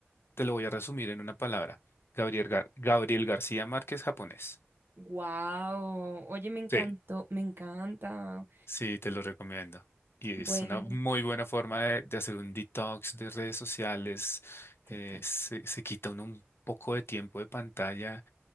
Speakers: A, on the left (about 60°); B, on the right (about 55°).
A: te lo voy a resumir en una palabra. Gabriel Gar- Gabriel García Márquez, japonés.
B: Wow. Oye, me encantó,
A: Sí.
B: me encanta.
A: Sí, te lo recomiendo. Y
B: Bueno,
A: es una muy buena forma de, de hacer un detox de redes sociales.
B: total.
A: eh, se, se quita uno un poco de tiempo de pantalla